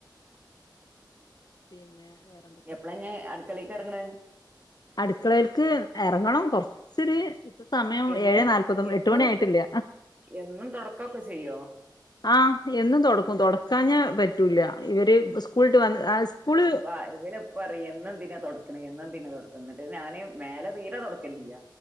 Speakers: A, on the left; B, on the right.
A: പിന്നെ വേറെന്ത്
B: എപ്ളാ ഇനീ അടുക്കളേക്ക് എറങ്ങണേ
A: അടുക്കളേൽക്ക് എറങ്ങണം കൊറച്ചൊരു ഇപ്പോ സമയം
B: എന്നും
A: ഏഴ് നാല്പത്തൊൻപത്
B: എന്നും
A: എട്ട് മണി ആയിട്ടില്ല
B: എന്നും തൊടക്കൊക്കെ ചെയ്യോ
A: ആഹ് എന്നും തൊടക്കും തൊടക്കാഞ്ഞാ പറ്റൂല്ല ഇവര് സ്കൂളിട്ട് വന്ന് ആ സ്കൂള്
B: ആഹ് ഇവരും പറയും എന്നും എന്തിനാ തൊടക്ക്ണേ എന്നും എന്തിനാ തൊടക്ക് എന്നിട്ട് ഞാന് മേലെ തീരെ തൊടക്കലില്ല